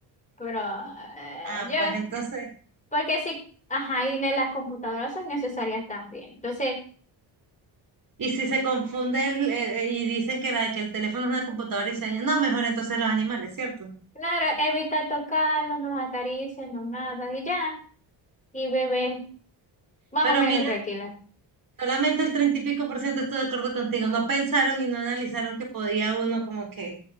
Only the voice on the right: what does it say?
Ah,
pues entonces...
Y si se confunde el- eh, eh, y dicen que, la, que el teléfono es una computadora y se daña, no, mejor entonces los animales, ¿cierto?
Pero
mira,
solamente el treinta y pico por ciento estoy de acuerdo contigo. No pensaron y no analizaron que podía uno como que